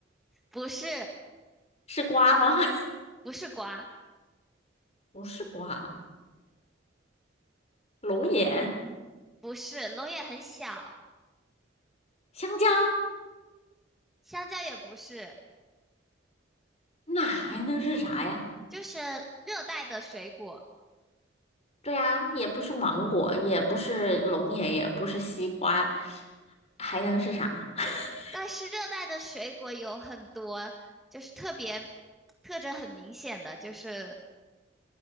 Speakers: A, in the centre; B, on the left.
A: 不是，
B: 是瓜吗？<laughs>
A: 不是瓜，
B: 不是瓜，龙眼、
A: 不是，龙眼很小，
B: 香蕉，
A: 香蕉也不是，
B: 那还能是啥呀？
A: 就是热带的水果。
B: 对呀，也不是芒果，也不是龙眼，也不是西瓜，还能是啥？<laughs>
A: 但是热带的水果有很多，就是特别特征很明显的，就是